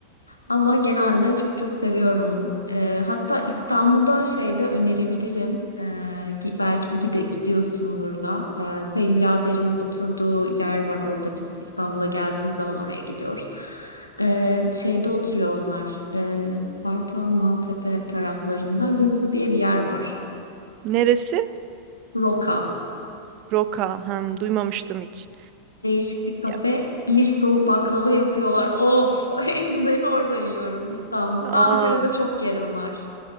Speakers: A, on the left; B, on the right.
A: Ama genelde çok çok seviyorum. Ee, hatta İstanbul'da şeyde önerebilirim. Ee, gi- belki bir gide gidiyorsundur da. Ee, kayınbiraderimin oturduğu yer var orada. Biz İstanbul'a geldiğimiz zaman oraya gidiyoruz. Ee, şeyde oturuyor onlar. Ee, Kartal, Maltepe taraflarında. Roka diye bir yer var.
B: Neresi?
A: Roka.
B: Roka. Hem duymamıştım hiç.
A: Değişik bir kafe.
B: Ya,
A: Bir soğuk baklava yapıyorlar. Of, <laughs> en güzelini orada yiyorum İstanbul'da.
B: Aa,
A: Ankara'da çok yerim var.